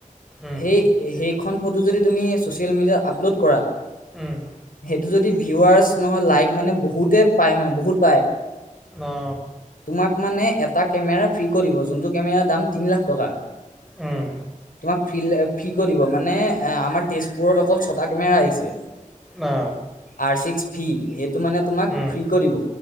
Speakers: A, in the centre; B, on the left.
A: উম
B: সেই সেইখন ফটো যদি তুমি চচিয়েল মিডিয় আপলোড কৰা
A: উম
B: সেইটো যদি ভিৱাৰছ নহয়। লাইক মানে বহুতে পায় মানে বহুত।
A: অ
B: তোমাক মানে এটা। কেমেৰা ফ্ৰী কৰি দ যোনটো কেমেৰাৰ দাম তিনি লাখ টকা
A: উম
B: তোমাক ফ ফ্ৰী কৰি দিব মানে এ আমাৰ তেজপুৰত অকল ছটা কেমেৰা আহিছে।
A: অ
B: আৰচি <unintelligible> ফি স ত মানে তোমাক
A: উম
B: ফ্ৰী কে দিব